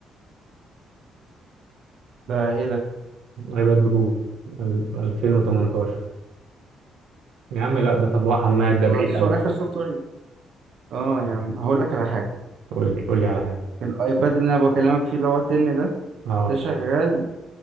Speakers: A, on the right; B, on the right.
A: ده ايه ده
B: ايباد برو ال- 2018 يا عم لا ده تبوع حماد ده
A: ده
B: بعيد
A: السو-
B: قوي
A: اخر سوفت وير اه يعني هقول لك على حاجه
B: قول لي قول لي على حاجة
A: الايباد اللي انا بكلمك فيه اللي هو 10 ده
B: اه
A: ده شغال